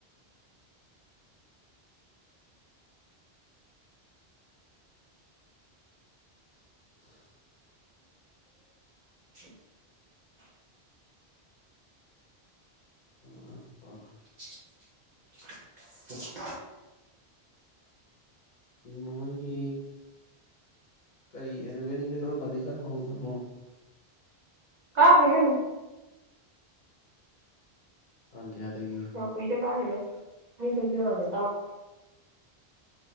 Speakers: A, on the left (about 50°); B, on the right (about 50°).
A: <inaudible> <inaudible>
B: <unintelligible> <inaudible> <inaudible>
A: ꯎ ꯑꯄ
B: <unintelligible> <unintelligible>
A: ꯃꯣꯏꯒꯤ ꯀꯔꯤ ꯑꯦꯂꯚꯦꯟꯒꯤꯅ ꯀꯔ ꯀꯥꯟꯗ ꯀ ꯍꯧꯗꯝꯃꯣ
B: ꯀꯥ ꯀꯦꯟ
A: ꯇꯥꯡ ꯀꯌꯥꯗꯒꯤ
B: ꯕꯨꯏꯗ ꯀꯔꯦꯁ ꯃꯤ ꯆ ꯋꯥꯗ ꯇ